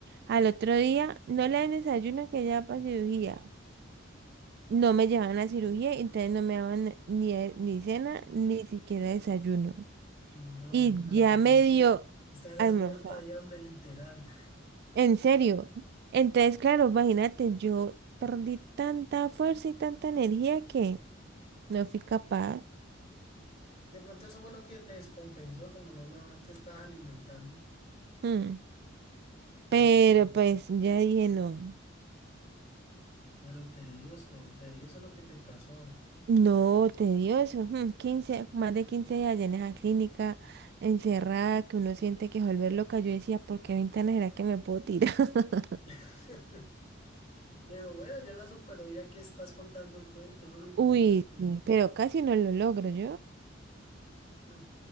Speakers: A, on the right (about 55°); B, on the left (about 35°).
A: Al otro día no le dan desayuno que ya para cirugía. No me llevaban a cirugía, entonces no me daban ni, eh, ni cena, ni siquiera desayuno.
B: No,
A: Y
B: mira,
A: ya
B: lo que tú
A: medio
B: este-
A: dio
B: estarás
A: almorzado.
B: muerta de hambre, literal.
A: En serio. Entonces, claro, imagínate, yo perdí tanta fuerza y tanta energía que no fui capaz.
B: De pronto eso fue lo que te descompensó, como no, no te estabas alimentando.
A: mm. Pero
B: Uy, pero
A: pues ya dije, no,
B: pero tedioso, tedioso lo que te pasó.
A: no, tedioso. mm, 15, más de 15 días allá en esa clínica, encerrada, que uno siente que se vuelve loca. Yo decía, ¿por qué ventana será que me puedo tirar? <laughs>
B: <laughs> Pero bueno, ya la superó ya que estás contando el cuento, eso es lo importante.
A: Uy, sí, pero casi no lo logro yo.
B: Mm,